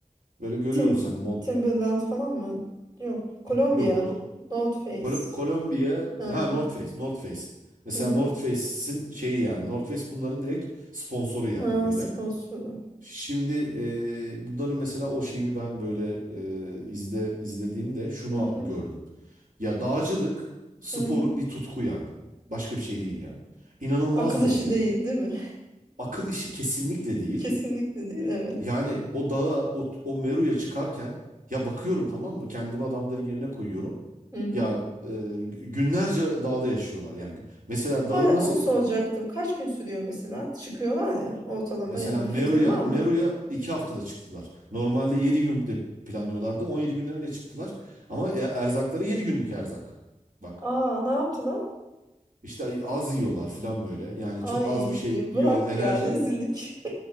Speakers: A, on the right; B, on the right.
A: Böyle görüyoruz
B: Tim
A: hani Mont.
B: Timberland falan mı? Yok. Kolombiya.
A: Yok. bu-
B: North Face.
A: Kol- Kolombiya.
B: Ha,
A: Ha North Face. North Face. Mesela
B: hı hı.
A: North Face'in şeyi yani. North Face bunların direkt sponsoru yani
B: Ha,
A: böyle.
B: sponsoru.
A: Şimdi eee, bunların mesela o şeyini ben böyle eee, izle izlediğimde şunu
B: Hı hı,
A: gördüm. Ya dağcılık sporu
B: hı hı.
A: bir tutku yani. Başka bir şey değil yani. İnanılmaz
B: Akıl
A: zor
B: işi
A: yani.
B: değil, değil mi?
A: Akıl işi kesinlikle değil.
B: <laughs> Kesinlikle değil, evet.
A: Yani o dağa, o, o Meru'ya çıkarken ya bakıyorum tamam mı? Kendimi adamların yerine koyuyorum.
B: Hı hı.
A: Ya eee, günlerce dağda yaşıyorlar. Yani mesela dağı
B: Ha,
A: nasıl
B: onu soracaktım. Kaç gün sürüyor mesela? Çıkıyorlar ya ortalama
A: Mesela
B: yani
A: Meru'ya
B: bir fikrin var
A: Meru'ya
B: mı?
A: iki haftada çıktılar. Normalde 7 günde planlıyorlardı. 17 günde mi ne çıktılar? Ama e- erzakları 7 günlük erzak. Bak
B: Aa, ne yaptılar?
A: işte az yiyorlar falan böyle. Yani
B: Ay
A: çok az bir şey yiyor.
B: bırak
A: Enerji
B: ya rezillik. <laughs>